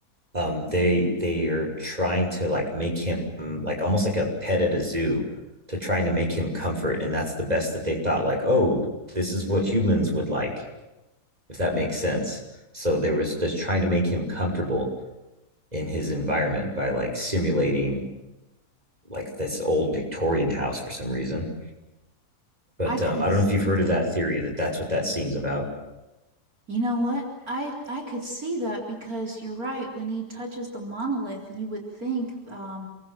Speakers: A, on the right; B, on the right.
A: um they they are trying to like make him like almost like a pet at a zoo to trying to make him comfort and that's the best that they thought like oh this is what humans would like if that makes sense so they were just trying to make him comfortable in his environment by like simulating like this old Victorian house for some reason. But
B: I could
A: um, I don't
B: see
A: know if you've heard
B: that.
A: of that theory that that's what that scene's about,
B: You know what? I I could see that because you're right. When he touches the monolith, you would think um